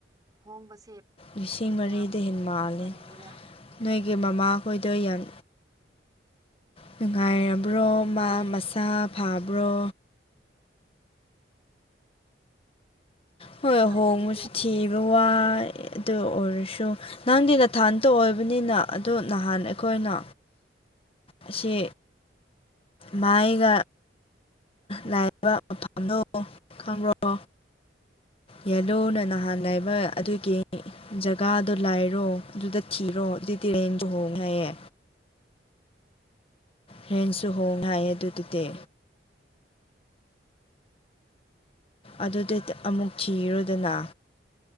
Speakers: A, on the right (about 20°); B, on the left (about 35°).
A: ꯍꯣꯡꯕꯁꯦ
B: ꯂꯤꯁꯤꯡ ꯃꯔꯤꯗ
A: ꯌꯥꯝ
B: ꯍꯦ ꯃꯥꯜꯂꯦ
A: ꯐꯪꯗꯦꯕ
B: ꯅꯣꯏꯒꯤ ꯃꯃꯥꯍꯣꯏꯗ ꯌꯥꯝ ꯅꯨꯡꯉꯥꯏꯔꯕ꯭ꯔꯣ ꯃꯥ
A: ꯑꯩ
B: ꯇꯥꯞ ꯐꯕ꯭ꯔꯣ ꯍꯣꯏ
A: ꯈꯔ
B: ꯍꯣꯡꯕꯁꯨ ꯊꯤꯕ ꯋꯥꯏ ꯑꯗꯨ ꯑꯣꯏꯔꯁꯨ ꯅꯪꯗꯤ ꯅꯊꯥꯟ ꯇꯧꯑꯣꯕꯅꯤꯅ ꯑꯗꯨꯗꯣ ꯅꯍꯥꯟ ꯑꯩꯈꯣꯏꯅ ꯑꯁꯤ ꯃꯥꯥꯏꯒ ꯂꯥꯏꯔꯕ ꯃꯐꯝꯗꯣ ꯈꯪꯕ꯭ꯔꯣ ꯌꯦꯂꯨꯅ ꯅꯍꯥꯟ ꯂꯩꯕ ꯑꯗꯨꯒꯤ ꯖꯒꯥꯗꯣ ꯂꯥꯏꯔꯣ ꯑꯗꯨꯗ ꯀꯤꯔꯣ ꯑꯗꯨ ꯇꯤꯔꯦꯟ ꯆꯨꯍꯣꯡꯉꯦ ꯍꯥꯏꯌꯦ ꯍꯦꯟꯁꯨ ꯍꯣꯡꯅ ꯍꯥꯏꯌꯦ ꯑꯗꯨꯗꯨꯗꯤ ꯑꯗꯨꯗꯤ ꯑꯃꯨꯛ ꯊꯤꯔꯨꯗꯅ